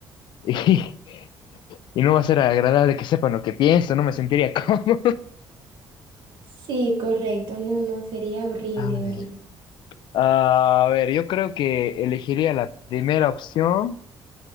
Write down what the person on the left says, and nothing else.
<laughs> Y, y no va a ser agradable que sepan lo que pienso, no me sentiría <laughs> cómodo.
A ver.
A ver, yo creo que elegiría la primera opción